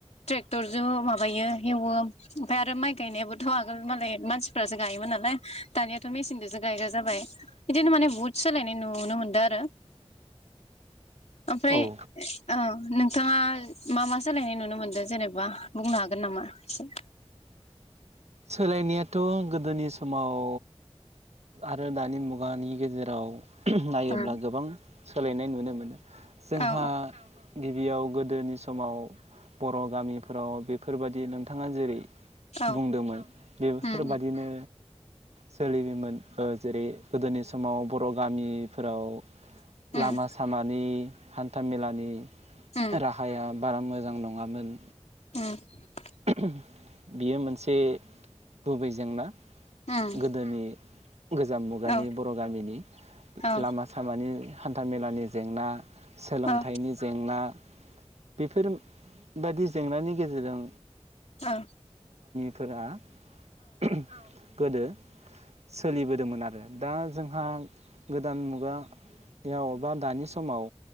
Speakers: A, on the left (about 80°); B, on the right (about 75°).
A: ट्रेक थरजो माबायो हेवो ओमफफ्राय आरो माइ गायनायाबोथ' आगोल मालाय मानसिफोरासो गायोमोन नालाय दानियाथ' मेसिनजोंसो गायग्रा जाबाय बिदिनो माने बुहुद सोलायनाय नुनो मोनदों आरो ओमफ्राय
B: औ
A: ओ नोंथाङा मा मा सोलायनाय नुनो मोनदों जेनेबा बुंनो हागोन नामा एसे?
B: सोलायनायाथ' गोदोनि समाव आरो दानि मुगानि गेजेराव नायोब्ला
A: उम
B: गोबां सोलायनाय नुनो मोनो। जोंहा
A: औ
B: गिबियाव गोदोनि समाव बर' गामिफोराव बेफोरबाददि नोंथाङा जेरै-
A: औ
B: बुंदोंमोन बेफोरबादिनो
A: उम
B: सोलियोमोन ओ जेरै- गोदोनि समाव बर' गामिफोराव
A: उम
B: लामा सामानि हान्था मेलानि
A: उम
B: राहाया बारा मोजां नङामोन।
A: द <inaudible>
B: <unintelligible> बियो मोनसे गुबै जेंना
A: उम
B: गोदोनि गोजाम मुगानि
A: औ
B: बर' गामिनि
A: औ
B: लामा सामानि हानथ थामेलानि जेंना सोलोंथाइनि
A: औ
B: जेंना बेफोर बायदि जेंनानि गेजेरजों
A: ओ
B: फोरा <unintelligible> गोदो सोलिबोदोंमोन आरो दा जोंहा गोदान मुगायाव बा दानि समाव